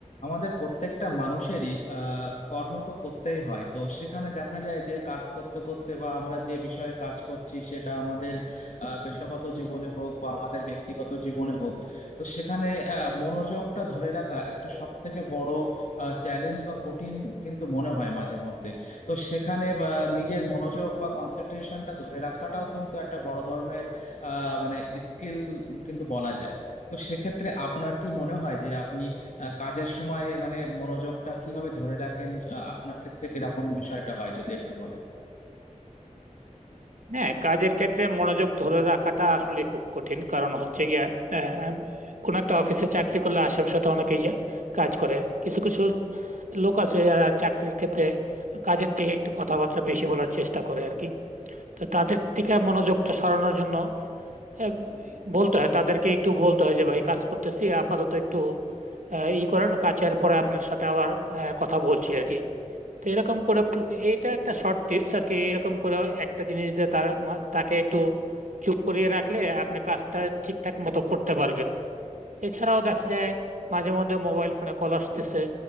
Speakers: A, on the left; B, on the right.
A: আমাদের প্রত্যেকটা মানুষেরই আহ কর্ম তো করতেই হয় তো সেখানে দেখা যায় যে কাজ করতে করতে বা আমরা যে বিষয়ে কাজ করছি সেটা আমাদের আহ, পেশাগত জীবনে হোক বা আমাদের ব্যক্তিগত জীবনে হোক তো সেখানে আহ, মনোযোগটা ধরে রাখা একটা সব থেকে বড় চ্যালেঞ্জ বা কঠিন কিন্তু মনে হয় মাঝে মধ্যে তো সেখানে বা নিজের মনোযোগ বা কনসেন্ট্রেশনটা ধরে রাখাটাও কিন্তু একটা বড় ধরনের আহ মানে স্কিল কিন্তু বলা যায় তো সেক্ষেত্রে আপনার কি মনে হয় যে আপনি আহ, কাজের সময় মানে মনোযোগটা কিভাবে ধরে রাখেন আহ, আপনার ক্ষেত্রে কিরকম বিষয়টা হয় যদি একটু বলেন
B: হ্যাঁ কাজের ক্ষেত্রে মনোযোগ ধরে রাখাটা আসলে খুব কঠিন কারণ হচ্ছে গিয়া আহ, আম- কোনো একটা অফিসে চাকরি করলে আশেপাশে তো অনেকেই যা- কাজ করে কিছু কিছু লোক আছে যারা চাকরির ক্ষেত্রে কাজের থেকে একটু কথাবার্তা বেশি বলার চেষ্টা করে আর কি তো তাদের থেকে মনোযোগটা সরানোর জন্য আহ, বলতে হয় তাদেরকে একটু বলতে হয় যে ভাই কাজ করতেছি আপাতত একটু আহ, ই করেন কাজের পরে আপনার সাথে আবার আহ, কথা বলছি আর কি তো এরকম করে প্র- এইটা একটা শর্ট টিপস আর কি এরকম করে একটা জিনিস দিয়ে তার মা- তাকে একটু চুপ করিয়ে রাখলে আপনি কাজটা ঠিকঠাক মতো করতে পারবেন এছাড়াও দেখা যায় মাঝে মধ্যে মোবাইল ফোনে কল আসতেছে